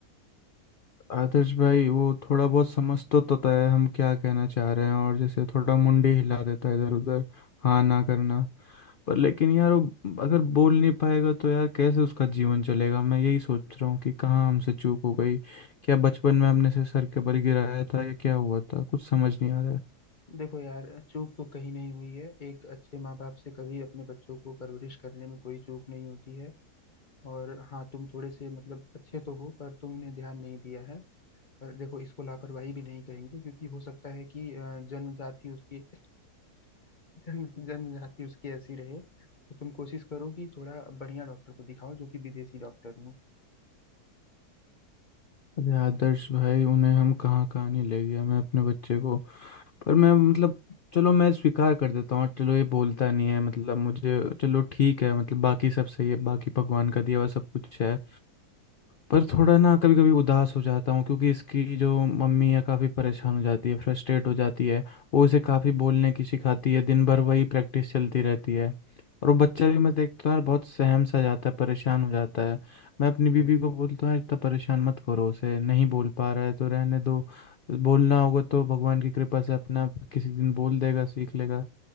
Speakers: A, on the left (about 85°); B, on the left (about 35°).
A: आदर्श भाई वो थोड़ा बहुत समझ तो तो तय है हम क्या कहना चाह रहे हैं और जैसे थोड़ा मुंडी हिला देता है इधर उधर हाँ ना करना पर लेकिन यार वो अगर बोल नहीं पाएगा तो यार कैसे उसका जीवन चलेगा मैं यही सोच रहा हूँ कि कहाँ हमसे चूक हो गई क्या बचपन में हमने से सर के बल गिराया था या क्या हुआ था कुछ समझ नहीं आ रहा है
B: देखो यार चूक तो कहीं नहीं हुई है एक अच्छे माँ बाप से कभी अपने बच्चों को परवरिश करने में कोई चूक नहीं होती है और हाँ तुम थोड़े से मतलब अच्छे तो हो पर तुमने ध्यान नहीं दिया है पर देखो इसको लापरवाही भी नहीं कहेंगे क्योंकि हो सकता है कि अ, जन्मजाति उसकी <laughs> जन्म जन्मजाति उसकी ऐसी रहे तो तुम कोशिश करो कि थोड़ा बढ़िया डॉक्टर को दिखाओ जो कि विदेशी डॉक्टर हो
A: अरे आदर्श भाई उन्हें हम कहाँ कहाँ नहीं ले गया मैं अपने बच्चे को पर मैं मतलब चलो मैं स्वीकार कर देता हूँ चलो ये बोलता नहीं है मतलब मुझे चलो ठीक है मतलब बाकी सब सही है बाकी भगवान का दिया हुआ सब कुछ है पर थोड़ा ना कभी कभी उदास हो जाता हूँ क्योंकि इसकी जो मम्मी है काफ़ी परेशान हो जाती है फ्रस्ट्रेट हो जाती है वो इसे काफ़ी बोलने की सिखाती है दिन भर वही प्रैक्टिस चलती रहती है और वो बच्चा भी मैं देखता हूँ यार बहुत सहम सा जाता है परेशान हो जाता है मैं अपनी बीबी को बोलता हूँ यार इतना परेशान मत करो उसे नहीं बोल पा रहा है तो रहने दो बोलना होगा तो भगवान की कृपा से अपने आप किसी दिन बोल देगा सीख लेगा